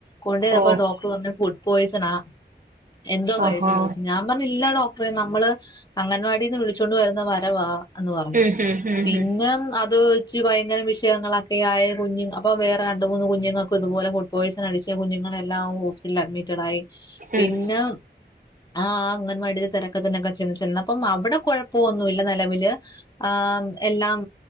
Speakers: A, on the left; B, on the right.
A: കൊണ്ട്പ്പോ
B: ഓ
A: ഡോക്ടർ പറഞ്ഞ ഫുഡ് പോസണ ആ എന്തോ കഴിച്ച
B: ആഹാ
A: ചോദിച്ചു ഞാൻ പറഞ്ഞില്ല ഇല്ല ഡോക്ടറെ നമ്മള് അംഗൻവാടിന്ന് വിളിച്ചൊണ്ട് വരുന്ന വരവാ എന്ന് പറഞ്ഞു
B: ഉം ഉം ഉം
A: പിന്നെ
B: ഉം
A: അത് വെച്ച് ഭയങ്കര വിഷയങ്ങളൊക്കെ ആയ കുഞ്ഞു അപ്പൊ വേറെ രണ്ട് മൂന്ന് കുഞ്ഞങ്ങൾക്ക ഇതുപോല ഫുഡ് പോയിസൺ അടിച്ച കുഞ്ഞുങ്ങളല്ലാം ഹോസ്പിറ്റൽ അഡ്മി ടായി പിന്നെ
B: ഉം
A: ആ അങ്ങനവാടി തിരക്കത്തിന്നൊക്കെ ചെന്ന് ച അപ്പം അവിടെ കുഴപ്പൊന്നുമല്ല നിലവില് ആ എല്ലാം